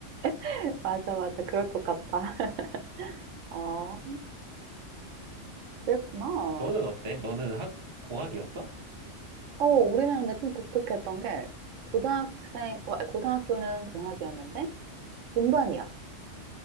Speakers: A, on the right; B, on the right.
A: <laughs> 맞아, 맞아. 그럴 것 같다. <laughs> 어, 그랬구나.
B: 너는 어때? 너는 학 공학이었어?
A: 응. 어, 우리는 근데 좀 독특했던 게 고등학생, 어, 아니, 고등학교는 공학이었는데 분반이야.